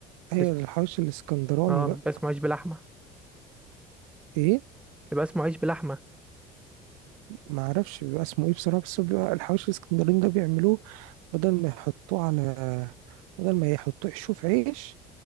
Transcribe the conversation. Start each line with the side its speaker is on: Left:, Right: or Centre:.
Right: هي
Centre: ده اسمه
Right: الحواوشي الاسكندراني
Centre: اه
Right: بقى
Centre: بيبقى اسمه عيش بلحمة
Right: ايه
Centre: بيبقى اسمه عيش بلحمة
Right: ما اعرفش بيبقى اسمه ايه بصراحه بس هو بيبقى الحواوشي الاسكندراني ده بيعملوه بدل ما يحطوه على بدل ما يحطوه يحشوه في عيش